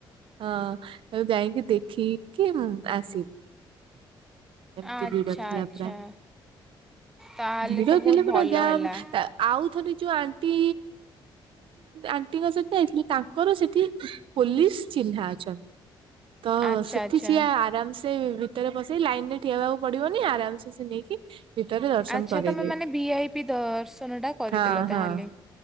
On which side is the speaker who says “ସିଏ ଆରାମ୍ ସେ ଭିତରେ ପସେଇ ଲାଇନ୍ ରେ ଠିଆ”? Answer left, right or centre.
Right